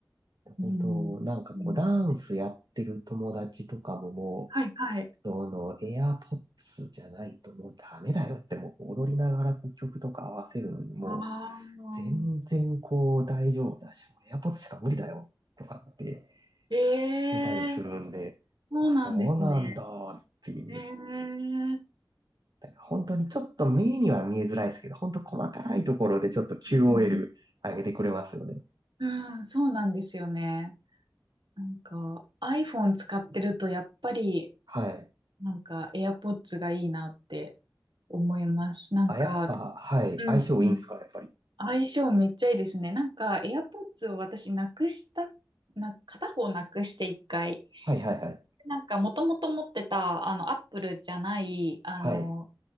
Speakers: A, on the right; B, on the right.
A: うん。
B: 本当、なんかこう、
A: いいなって。
B: ダンスやってる友達とかもも
A: はい、はい。
B: う、その、AirPods じゃないともうダメだよって、もう踊りながらこう曲とか合わせるのにもう、
A: ああ。
B: 全然こう、大丈夫だし、もう AirPods しか無理だよとかって
A: ええー、
B: 出たりするんで、
A: そうなんですね。
B: あ、そうなんだっていう。
A: ええー。
B: 本当にちょっと目には見えづらいですけど、本当細かいところでちょっと QOL
A: うん、
B: 上げてくれますよね。
A: うんそうなんですよね。なんか、iPhone 使ってると、やっぱり、
B: はい。
A: なんか、AirPods がいいなって思います。なんか、
B: あ、やっぱ、はい。
A: うん、
B: 相性いいんすか、
A: うん
B: やっぱり。
A: 相性めっちゃいいですね。なんか、AirPods を私なくした、な、片方なくして一回。
B: はいはいはい。
A: なんか、もともと持ってた、あの、Apple じゃない、あの、
B: はい。